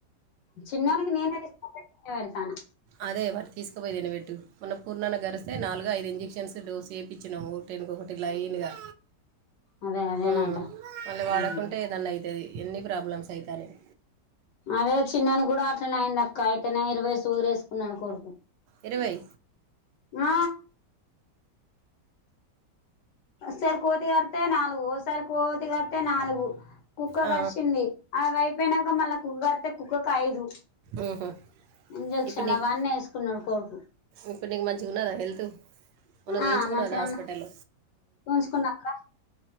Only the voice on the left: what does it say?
చిన్నొనికి నేనైతే <inaudible> పెడతానా
అదే అదేనట
ఉమ్
అదే చిన్నాను కూడా అట్లనే అయ్యింది అక్క అయితేనే ఇరువై సూదులేసుకున్నాడు కొడుకు
ఆ ఓసారి కోతి కరిత్తే నాలుగు ఒకసారి కోతి కరిత్తే నాలుగు కుక్క
కరిచింది అవి అయిపోయినాంక మళ్ళా కుక్క కరిత్తే కుక్కకు ఐదు
ఇంజెక్షన్
అవన్నీ ఏసుకున్నాడు కొడుకు
ఆ
మంచిగానే
ఉన్నా ఉంచుకున్నా అక్క